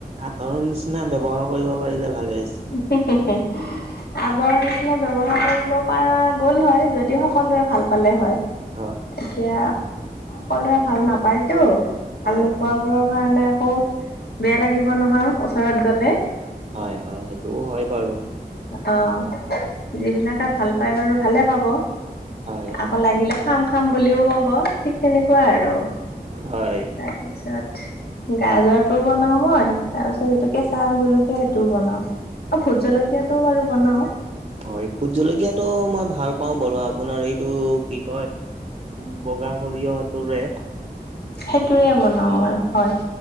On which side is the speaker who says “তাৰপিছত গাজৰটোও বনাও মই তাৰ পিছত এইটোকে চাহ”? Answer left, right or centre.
Left